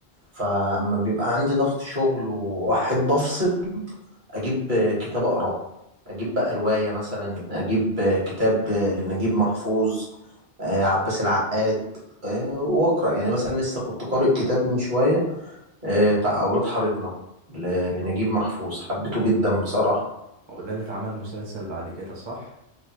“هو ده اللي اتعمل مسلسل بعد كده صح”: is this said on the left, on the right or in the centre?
Right